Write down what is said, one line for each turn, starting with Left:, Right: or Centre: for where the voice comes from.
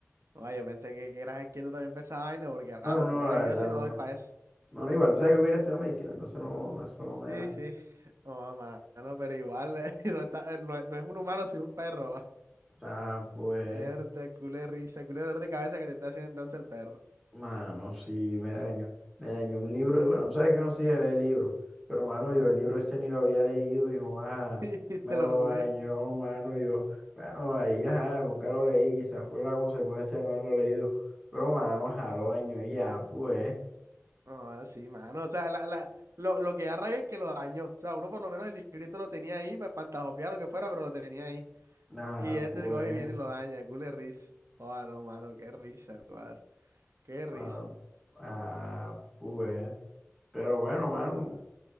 Right: Joda, yo pensé que, que eras aquiento también para esa vaina, porque rajo,
Centre: No, no, no,
Right: culea,
Centre: la verdad,
Right: yo sí
Centre: no,
Right: no doy
Centre: no,
Right: para eso.
Centre: no, no, igual, tú sabes que yo quería estudiar medicina, entonces no, eso no
Right: Sí,
Centre: me da,
Right: sí. Joda, mano, pero igual, <laughs> no está, eh, no, no es un humano, sino un perro.
Centre: ah, pues.
Right: Herda, culo de risa, culo de dolor de cabeza que te está haciendo entonces el perro.
Centre: Mano, sí, me dañó. Me dañó un libro. Y bueno, tú sabes que yo no soy de leer libros. Pero, mano, yo el libro este ni lo había leído. Y, ajá,
Right: <laughs> Y
Centre: me
Right: se
Centre: lo
Right: lo comió.
Centre: dañó, mano. Yo, bueno, ahí, ajá, nunca lo leí. Quizás fue la consecuencia de no haberlo leído. Pero, mano, ajá, lo dañó y ya, pues.
Right: Ah, sí, mano. O sea, la, la, lo, lo que da rabia es que lo dañó. O sea, uno por lo menos el librito lo tenía ahí para pantajopear lo que fuera, pero lo tenía ahí.
Centre: Ah,
Right: Y este
Centre: pues.
Right: coge y viene y lo daña, culo de risa. Oh, no, mano, qué risa, cuadro. Qué risa.
Centre: Ah, ah, pues. Pero bueno, mano,
Right: Oh, mano.